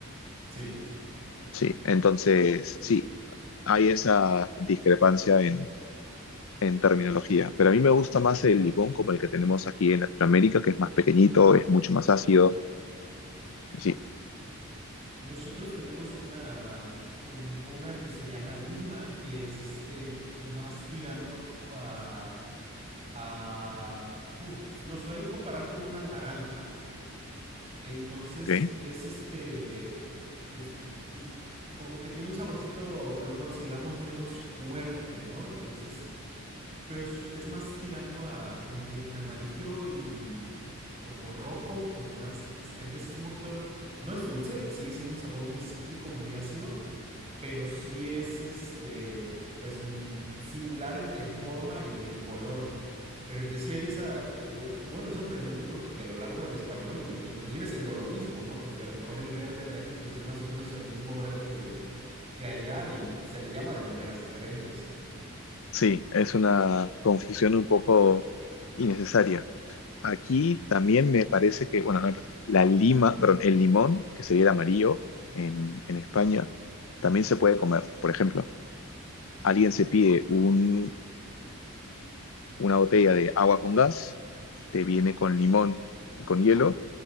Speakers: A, on the right; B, on the left.
A: Sí.
B: Sí, entonces sí, hay esa discrepancia en, en terminología, pero a mí me gusta más el limón como el que tenemos aquí en Latinoamérica, que es más pequeñito, es mucho más ácido. Sí,
A: Nosotros tenemos una, f- un- una que se llama lima, que es este más tirando a, a uf, lo suelen comparar con una naranja. Entonces
B: ok.
A: es este, este, te- como que tiene un saborcito, lo consideramos menos fuerte, ¿no? Entonces, pero es, es más tirando a como que entre amarillo y como rojo, como más, entonces es un poquito, no es dulce, sigue siendo un sabor muy cítrico, muy ácido, pero sí es este, pues mm, similar en, en forma y en color. Pero entonces sí hay esa, eh, bueno, es sorprendente porque a lo largo del español, y inclusive siendo lo mismo, ¿no? Porque a lo mejor el verde de aquí, pues es más o menos el mismo verde que, que allá y se le llama de maneras diferentes.
B: Sí, es una confusión un poco innecesaria. Aquí también me parece que, bueno, no me parece, la lima, perdón, el limón, que sería el amarillo en, en España, también se puede comer. Por ejemplo, alguien se pide un- una botella de agua con gas, te viene con limón y con hielo,